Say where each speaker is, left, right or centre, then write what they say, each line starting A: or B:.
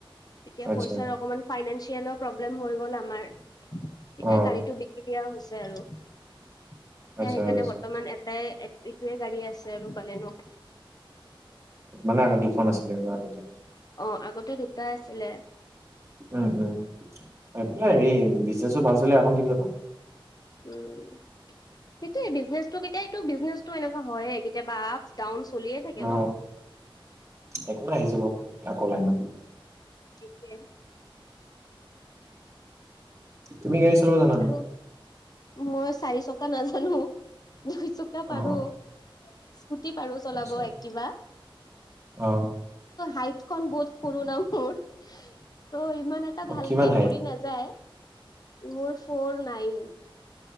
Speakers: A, on the left (about 45°); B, on the right (about 30°).
A: তেতিয়া
B: আচ্ছা
A: পইচাৰ অকমান ফাইনেঞ্চিয়েলৰ প্ৰব্লেম হৈ গল আমাৰ। এতিয়া
B: অ
A: গাড়ি টো দিয়া হৈছে আৰু এতিয়া
B: আচ্ছা
A: সেইকাৰণে
B: আচ্ছা
A: বৰ্তমান এ তাই ইটোৱে গাড়ী আছে আৰু বালে'নো
B: মানে আগ দুখন আছিলে আৰু আগতে।
A: অ আগতে দুটা আছিলে।
B: উম উম। একোনাই হেৰি বিজনেচো ভাল চলিলে আৰু এখন কিনি লব।
A: উম সেইটোয়ে বিজনেচটো কেতিয়া এইটো বিজনেছতো এনেকুৱা হয়য়ে, কেতিয়াবা আপ ডাউন চলিয়ে থাকে
B: অ
A: ন
B: একো আহি যাব, আকৌ লাইনত।
A: সেএইটোৱে।
B: তুমি গাড়ী চলাব জানা না?
A: আৰু মই চাৰি চকা নাজানো। দুই চকা
B: অ
A: পাৰো। স্কুটি পাৰো চলাব
B: আচ্ছা
A: এক্টিভা।
B: অ
A: হাইট খন বহুত সৰু না মোৰ ত' ইমান এটা
B: অ
A: ভালকে
B: কিমান হাইট
A: ভৰি নায যাই মোৰ ফৰ নাইন।